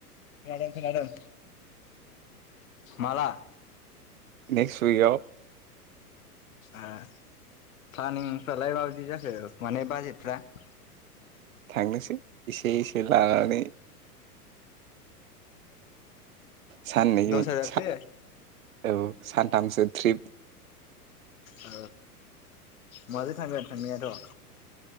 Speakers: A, on the left (about 60°); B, on the right (about 60°).
A: खोनादों खोनादों माला?
B: नेकस्ट उइकआव
A: ओ फ्लानिं फ्रालाय मा बादि जाखो? माने बाजेथफ्रा। <inaudible>
B: थांनोसै एसे एसे लानानै। साननैनि
A: दस हाजारसो
B: सा औ। सानथामसो ट्रिप।
A: ओ माजों थांगोन थांनायाथ।